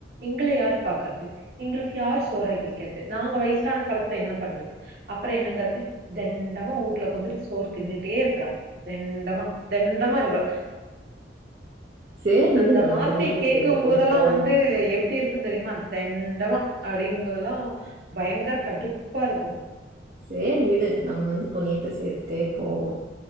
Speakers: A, on the right; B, on the right.
A: எங்கள யார் பாக்றது எங்ளுக்கு யாரு சோறாக்கி வக்கிறது நாங்க வயசான காலத்துல என்ன பண்றது அப்றோஎன்னங்றது தெண்டமா வீட்ல ஒக்காந்துட்டு சோறு தின்னுட்டே இருக்றா தெண்டமா தெண்டமா இருக்றா
B: சரி
A: அந்த
B: விடு நம்ம
A: வார்த்தைய
B: புண்ணியத்தை
A: கேக்கு
B: சேர்த்துட்டே
A: போதுல்லா
B: போவோம்
A: வந்து எ எப்டி இருக்கு தெரியுமா தெண்டமா அப்டிங்கும்போதுல்லா பயங்ர கடுப்பா இருக்கு
B: சேரி விடு நம்ம வந்து புண்ணியத்த சேத்துட்டே போவோ